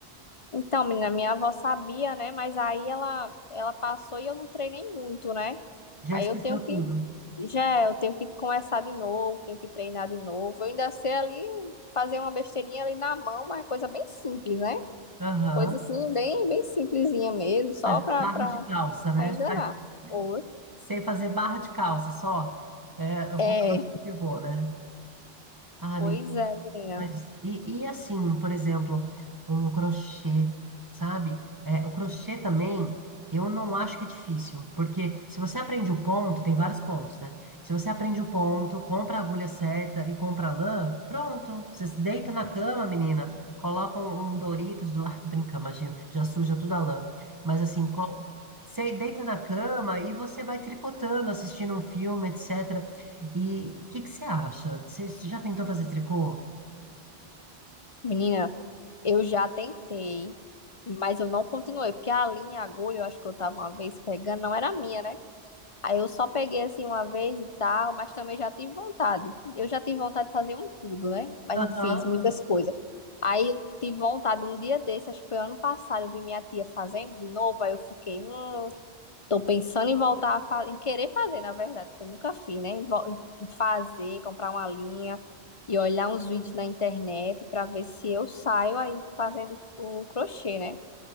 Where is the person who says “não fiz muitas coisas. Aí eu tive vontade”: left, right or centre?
Left